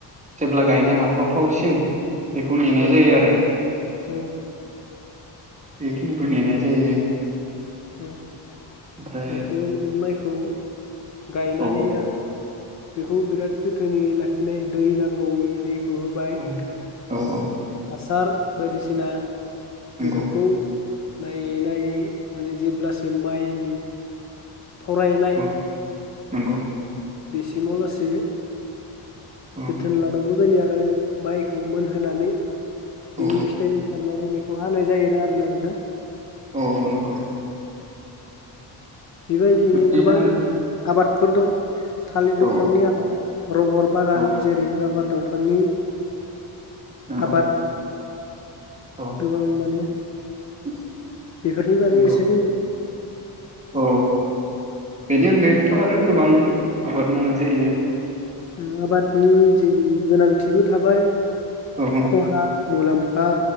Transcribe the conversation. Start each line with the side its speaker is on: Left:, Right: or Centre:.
Right: जेब्ला गायनो हाथ थावथावसिम
Left: औ
Right: बेखौ नेनाय
Left: औ
Right: जायोआरो
Left: औ
Right: बेखिनिखौ नेनाय जायो
Left: <unintelligible>
Right: ओमफ्राय
Left: बेखौ मानि माइखौ गायनानै
Right: औ
Left: आरो बेखौ बिराद जोथोनै लाखिनाय दै नांगौनि दै हुहोबाय।
Right: औ औ औ
Left: सार बायदिसिना
Right: नंगौ
Left: बेफोरखौ नायै नायै माने जेब्लासिम मायनि थरायनाय
Right: औ नंगौ।
Left: बेसिमाव लासे
Right: औ
Left: जोथोन लानांगौ जायो आरो माइखौ मोनहोनानै बिनि
Right: औ
Left: फिथाइ ओंखारनानै बे खौ हानाय जायोना आरोना नोंथां
Right: औ औ नंगौ।
Left: <inaudible> बेबायदियैनो
Right: बिब्दिनो
Left: गोबां
Right: आरो
Left: आबादफोर दं। थालिर दंफांनि
Right: औ
Left: आबाद रबार बागान
Right: औ
Left: जेरै राबार दाव फांनि।
Right: नंगौ
Left: आबाद
Right: औ
Left: गोबां माने।
Right: <unintelligible>
Left: बेफोरनि बागै
Right: नंगौ
Left: एसे बुंदो
Right: औ बेनि अनगायैबोथ' आरो गोबां आबाद मावनाय जायो।
Left: ओ आबादनि जेरै गोनांथि। थिबो थाबाय
Right: औ
Left: खहा मुलाम्फा